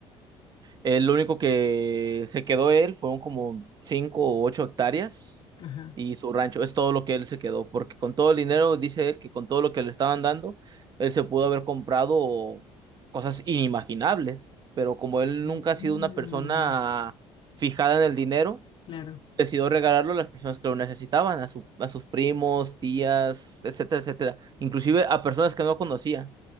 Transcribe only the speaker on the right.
Eh, lo único que se quedó él fueron como cinco o ocho hectáreas
y su rancho. Es todo lo que él se quedó, porque con todo el dinero, dice él, que con todo lo que le estaban dando, él se pudo haber comprado cosas inimaginables. Pero como él
nunca ha sido una persona fijada en el dinero,
decidió regalarlo a las personas que lo necesitaban, a su, a sus primos, tías, etcétera, etcétera. Inclusive a personas que no conocía,